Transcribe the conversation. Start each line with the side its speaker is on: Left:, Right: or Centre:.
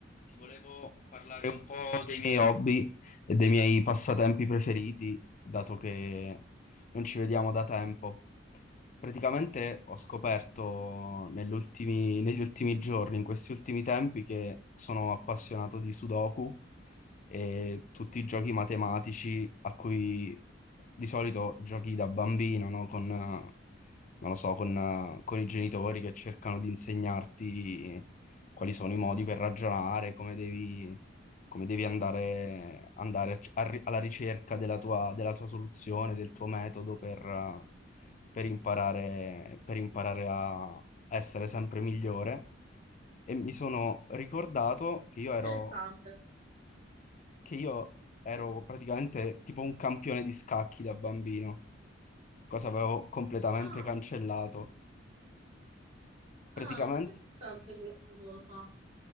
Left: Ti volevo parlare un po' dei miei hobby e dei miei passatempi preferiti, dato che non ci vediamo da tempo. Praticamente ho scoperto nell'ultimi- negli ultimi giorni, in questi ultimi tempi, che sono appassionato di Sudoku e tutti i giochi matematici a cui di solito giochi da bambino, no? Con, eh, non lo so, con, eh, con i genitori che cercano di insegnarti quali sono i modi per ragionare, come devi, come devi andare, andare a- a ri- alla ricerca della tua, della tua soluzione, del tuo metodo per, eh, per imparare, per imparare a essere sempre migliore. E mi sono ricordato che io ero
Right: Interessante.
Left: che io ero praticamente tipo un campione di scacchi da bambino, cosa avevo completamente
Right: Ah,
Left: cancellato. Praticamente,
Right: ah, interessante questa cosa.